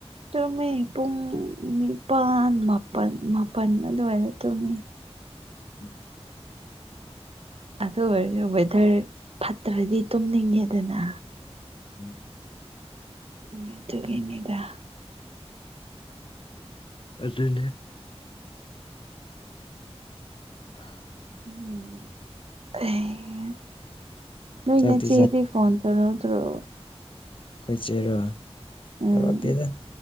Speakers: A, on the right; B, on the left.
A: ꯇꯨꯝꯃꯤ ꯄꯨꯡ ꯅꯤꯄꯥꯜ ꯃꯥꯄꯜ ꯃꯥꯄꯜ ꯑꯗꯨꯋꯥꯏꯗ ꯇꯨꯝꯃꯤ
B: <inaudible>
A: ꯑꯗꯨ ꯑꯣꯏꯔꯁꯨ ꯋꯦꯗꯔ ꯐꯠꯇ꯭ꯔꯗꯤ ꯇꯨꯝꯅꯤꯡꯉꯦꯗꯅ
B: ꯎꯝ
A: ꯎꯝ ꯑꯗꯨꯒꯤꯅꯤꯗ
B: ꯑꯗꯨꯅꯦ <unintelligible>
A: <unintelligible> ꯅꯣꯏ
B: ꯆꯥꯛꯇꯤ
A: ꯅꯆꯦꯗꯤ ꯐꯣꯟ ꯇꯧꯔꯛꯇ꯭ꯔꯣ
B: ꯈꯣꯏ ꯆꯦꯔꯣ
A: ꯎꯝ
B: ꯇꯧꯔꯛꯇꯦꯗ